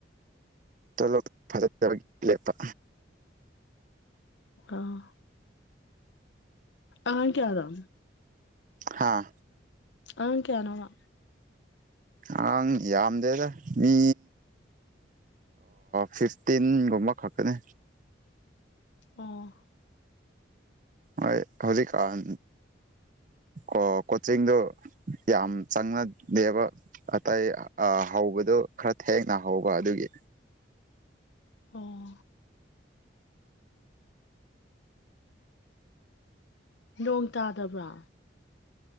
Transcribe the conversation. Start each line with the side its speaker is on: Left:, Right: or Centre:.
Right: ꯇꯣꯂꯣꯞ <unintelligible> ꯂꯦꯄꯥ
Left: ꯑꯥ ꯥꯑꯉꯥꯡ ꯀ꯭ꯌꯥꯗꯥ
Right: ꯍꯥꯥ
Left: ꯑꯥꯉꯥꯡ ꯀ꯭ꯌꯥꯅꯣꯕ
Right: ꯑꯉꯥꯡ ꯌꯥꯝꯗꯦꯗ ꯃꯤ ꯐꯤꯐꯇꯤꯟꯒꯨꯝꯕ ꯈꯛꯇꯅꯦ
Left: ꯑꯣ
Right: ꯍꯣꯏ ꯍꯧꯖꯤꯛ ꯀꯥꯟ
Left: <inaudible>
Right: ꯑꯣ ꯀꯣꯆꯤꯡꯗꯣ ꯌꯥꯝ ꯆꯪꯅ ꯗꯦꯕ ꯑꯇꯩ ꯑꯥ ꯍꯧꯕꯗꯣ ꯈꯔ ꯊꯦꯡꯅ ꯍꯧꯕ ꯑꯗꯨꯒꯤ
Left: ꯑꯣ ꯅꯣꯡ ꯇꯥꯗꯥꯕ꯭ꯔꯥ